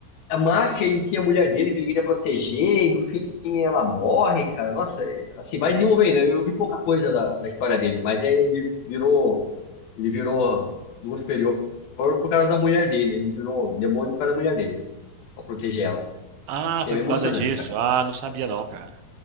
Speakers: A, on the left (about 70°); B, on the right (about 80°).
A: a máfia, ele tinha a mulher dele que ele queria proteger, e no fim ela morre, cara. Nossa, é, assim, vai desenvolvendo. Eu vi pouca coisa da, da história dele, mas é, ele virou. Ele virou Lua Superior por causa da mulher dele. Ele virou demônio por causa da mulher dele. Pra proteger ela.
B: Ah,
A: Isso aqui
B: foi
A: é bem
B: por
A: emocionante,
B: causa disso.
A: cara.
B: Ah, não sabia não, cara.